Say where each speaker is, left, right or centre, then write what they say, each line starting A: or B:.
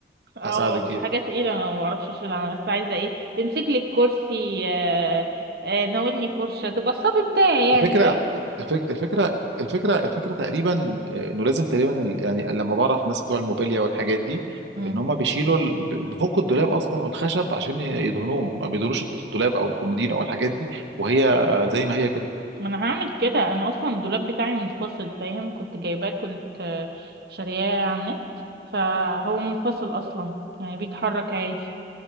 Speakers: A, on the right; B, on the right.
A: اه
B: هساعدك
A: الحاجة
B: فيها
A: تقيلة انا ما بعرفش اشيلها انا بس عايزة ايه تمسك لي الكرسي آه، آه، ناولني فرشة تبقى الصبي بتاعي
B: الفكرة
A: يعني فاهم
B: الفك- الفكرة الفكرة الفكرة تقريبا آه، انه لازم تقريبا ال- يعني لما بعرف الناس بتوع الموبيليا والحاجات دي
A: مم.
B: ان هم بيشيلوا ال- بيفكوا الدولاب اصلا والخشب عشان يدهنوهم ما بيدهنوش الدولاب او الكومودين او الحاجات دي وهي زي ما هي كده
A: ما انا هعمل كده انا اصلا الدولاب بتاعي منفصل فاهم كنت جايباه كنت آه، شارياه على النت فهو منفصل اصلا يعني بيتحرك عادي